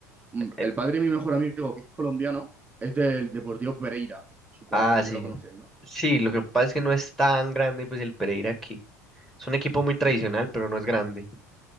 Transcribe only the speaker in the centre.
eh,
ah,
sí.
Sí, lo que pasa es que no es tan grande pues el Pereira aquí. Es un equipo muy tradicional, pero no es grande.